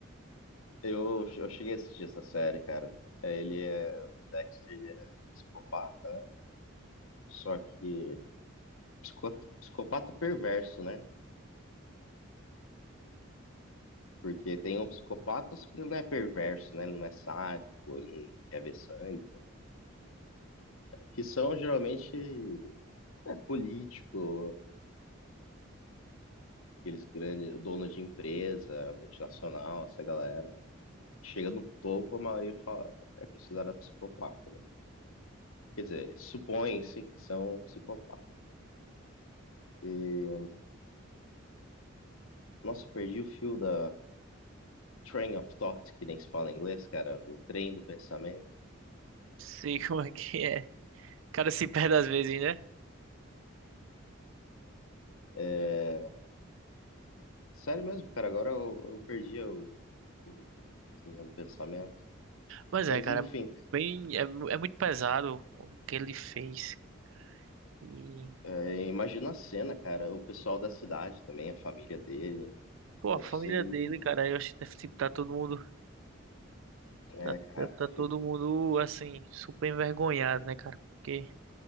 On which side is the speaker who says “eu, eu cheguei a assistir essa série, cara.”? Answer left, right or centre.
Left